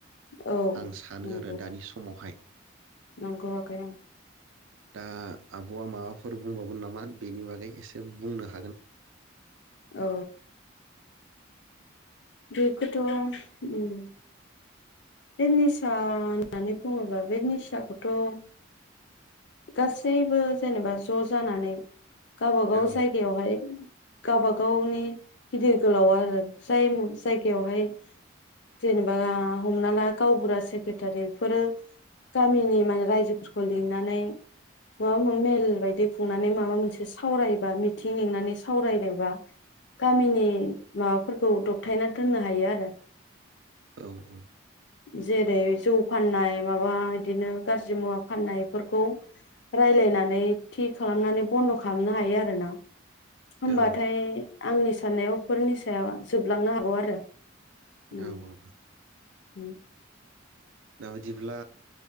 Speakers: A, on the left; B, on the right.
A: औ
B: आं सानो
A: नंगौ
B: आरो दानि समावहाय?
A: नंगौ आगै उम।
B: दा आब'आ माबाफोर बुंबावगोन नामा बेनि बागै एसे बुंनो हा
A: औ। बेखौथ उम बे निसा होननानै बुङोब्ला बे निसाखौथ' गासैबो जेनेबा ज' जानानै गावब गाव
B: औ
A: जायगायावहाय गावबा गावनि गिदिर गोलावा आरो जाय जायगायावहाय जेनेबा हमना ला गावबुरा सेक्रेटारि बेफोरो गामिनि माने रायजोफोरखौ लिंनानै माबा मा मेल बायदि खुंनानै माबा मोनसे सावरायबा मिथिं लंनानै सावरायबा गामिनि माबाफोरखौ दबथायना दोननो हायो आरो
B: औ औ।
A: जेरै जौ फाननाय माबा बिदिनो गाज्रि मुवा फाननायफोरखौ रायलायनानै थि खालामनानै बन्द' खालामनो हायो आरोना? होमबाथाय
B: औ
A: आंनि सा साननायावफोरनि सायाव जोबलांनो हागौ आरो उम
B: औ औ
A: उम
B: दा बादिब्ला